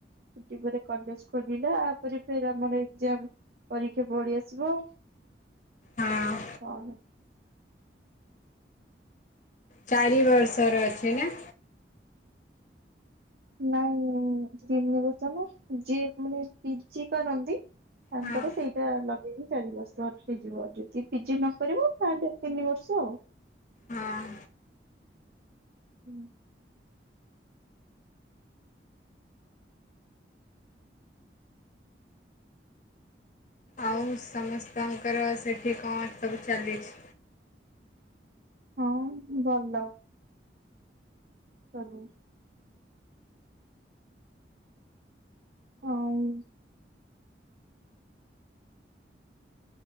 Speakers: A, on the right (about 55°); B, on the left (about 40°).
A: ଟିକେ ପରେ କଲେଜ ଖୋଲିଲା ୟା ପରେ ଫେର୍ ଆମର ଏକଜାମ। ପରୀକ୍ଷା ପଳେଇ ଆସିବ
B: ହଁ।
A: <unintelligible>
B: ଚାରି ବର୍ଷର ଅଛି ନା?
A: ନାଇଁ ତିନି ବର୍ଷ ନା ଯିଏ ମାନେ ପିଜି କରନ୍ତି ତାଙ୍କର
B: ହଁ
A: ସେଇଟା ଲଗେଇକି ଚାରି ବର୍ଷ ହେଇଯିବ ଆଉ ଯଦି ପିଜି ନ କରିବ ତାହେଲେ ତିନି ବର୍ଷ ଆଉ।
B: ହଁ।
A: ହୁଁ।
B: ଆଉ ସମସ୍ତଙ୍କର ସେଠି କଣ ସବୁ ଚାଲିଛି?
A: ହଁ ଭଲ। ସବୁ ଆଉ